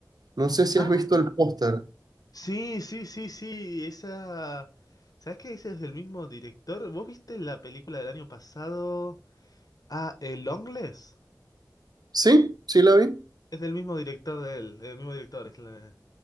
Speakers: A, on the right; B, on the left.
A: No sé si
B: Ah,
A: has visto el póster.
B: sí, sí, sí, sí, esa... ¿Sabés que ese es del mismo director? ¿Vos viste la película del año pasado? Ah, ¿El Longlegs?
A: ¿Sí? ¿Sí la vi?
B: Es del mismo director de él, el mismo director. Es la-